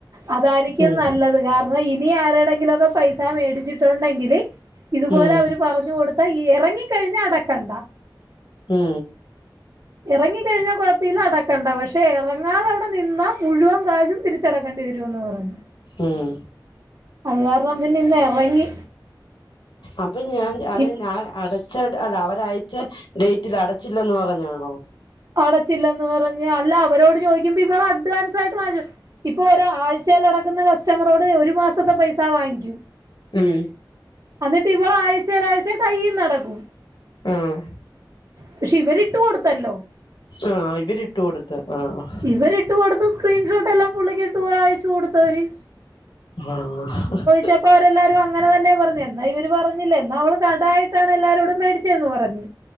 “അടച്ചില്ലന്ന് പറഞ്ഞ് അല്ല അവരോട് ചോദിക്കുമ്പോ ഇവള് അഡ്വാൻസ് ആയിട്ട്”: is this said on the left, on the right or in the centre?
Right